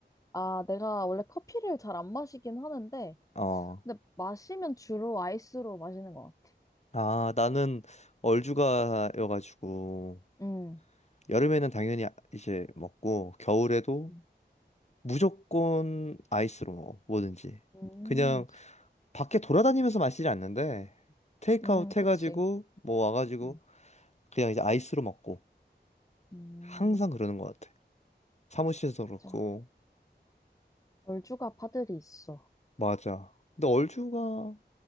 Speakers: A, on the left; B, on the left.
A: 아, 내가 원래 커피를 잘 안 마시긴 하는데
B: 어.
A: 근데 마시면 주로 아이스로 마시는 것 같아.
B: 아 나는 얼죽아여가지고
A: 음.
B: 여름에는 당연히 이제 먹고 겨울에도
A: 음,
B: 무조건 아이스로 먹어, 뭐든지.
A: 음,
B: 그냥 밖에 돌아다니면서 마시지 않는데, 테이크아웃
A: 음, 그치.
B: 해가지고, 뭐 와가지고,
A: 음,
B: 그냥 이제 아이스로 먹고.
A: 음,
B: 항상 그러는 것 같아. 사무실에서
A: 맞아.
B: 그렇고.
A: 얼죽아 파들이 있어.
B: 맞아. 근데 얼주가, 아,